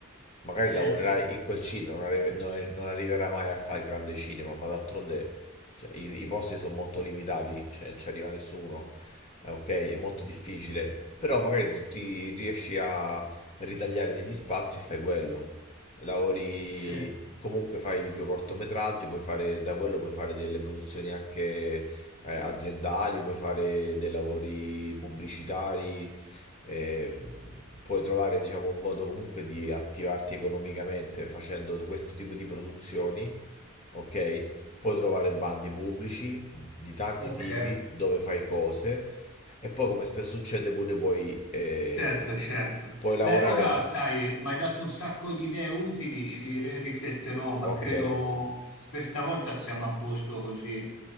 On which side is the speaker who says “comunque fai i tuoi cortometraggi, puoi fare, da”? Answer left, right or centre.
Left